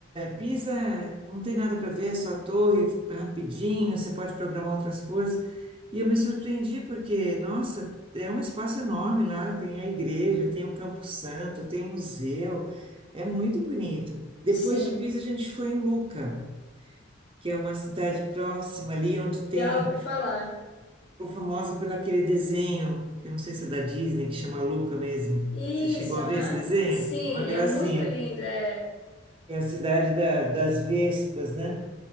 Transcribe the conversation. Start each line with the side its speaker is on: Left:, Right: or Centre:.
Right: Pisa não tem nada para ver, é só a torre, é rapidinho, você pode programar outras coisas. E eu me surpreendi porque, nossa, é um espaço enorme lá, tem a igreja, tem o Campo Santo, tem o museu, é muito bonito. Depois
Left: Sim,
Right: de Pisa, a gente foi em Luca, que é uma cidade próxima ali, onde tem,
Left: já ouvi falar.
Right: ficou famosa pelo aquele desenho, que eu não sei se é da Disney, que chama Luca mesmo.
Left: Isso,
Right: Você chegou a
Left: aham.
Right: ver esse desenho?
Left: Sim,
Right: É uma gracinha.
Left: é muito lindo, é.
Right: É a cidade da- das Vespas, né?